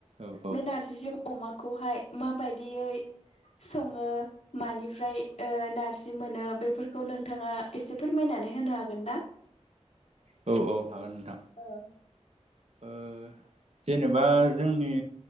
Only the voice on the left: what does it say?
बे नारजिजों अमाखौहाय माबायदियै सङो मानिफ्राय ओ नारजि मोनो बेफोरखौ नोंथाङा एसे फोरमायनानै होनो हागोन ना?
औ